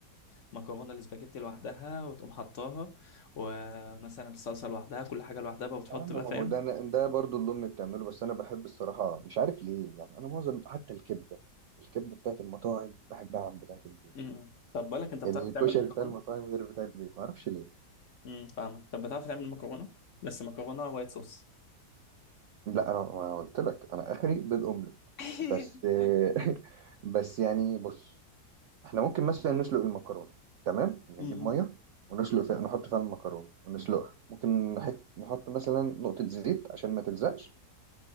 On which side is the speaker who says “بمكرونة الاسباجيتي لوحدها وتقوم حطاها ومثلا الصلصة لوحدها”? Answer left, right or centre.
Left